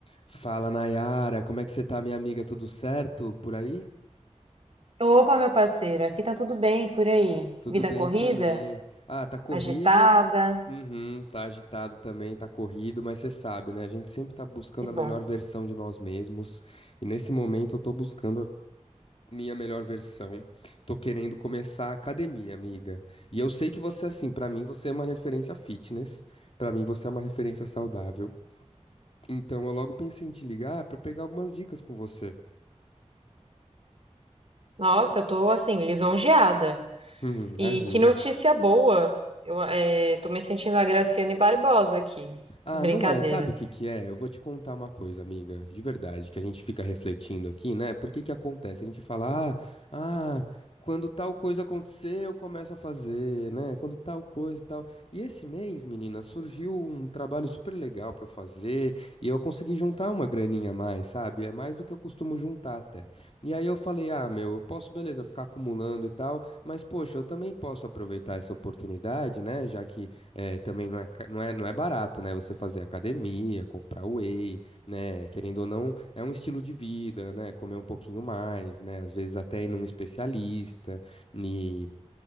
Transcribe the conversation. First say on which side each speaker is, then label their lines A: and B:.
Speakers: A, on the left; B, on the right.
A: Fala, Nayara, como é que você tá, minha amiga? Tudo certo por aí?
B: Opa, meu parceiro, aqui tá tudo bem por aí?
A: Tudo
B: Vida
A: bem
B: corrida?
A: também. Ah, tá corrido.
B: Agitada?
A: Uhum, tá agitado também, tá corrido, mas você sabe, né? A gente sempre tá buscando
B: Que bom.
A: a melhor versão de nós mesmos. E nesse momento eu tô buscando a minha melhor versão. Tô querendo começar a academia, amiga. E eu sei que você, assim, pra mim você é uma referência fitness. Pra mim você é uma referência saudável. Então eu logo pensei em te ligar pra pegar algumas dicas com você.
B: Nossa, eu tô assim, lisonjeada.
A: Hum, imagina.
B: E que notícia boa! Eu eh, tô me sentindo a Graciane Barbosa aqui.
A: Ah,
B: Brincadeira.
A: não é. Sabe o que que é? Eu vou te contar uma coisa, amiga, de verdade, que a gente fica refletindo aqui, né? Por que que acontece? A gente fala, ah, ah, quando tal coisa acontecer, eu começo a fazer, né? Quando tal coisa e tal. E esse mês, menina, surgiu um trabalho super legal pra eu fazer e eu consegui juntar uma graninha a mais, sabe? É mais do que eu costumo juntar até. E aí eu falei, ah, meu, eu posso, beleza, ficar acumulando e tal, mas poxa, eu também posso aproveitar essa oportunidade, né? Já que é, também não é, ca- não é, não é barato, né? Você fazer academia, comprar whey, né? Querendo ou não, é um estilo de vida, né? Comer um pouquinho mais, né? Às vezes até ir num especialista e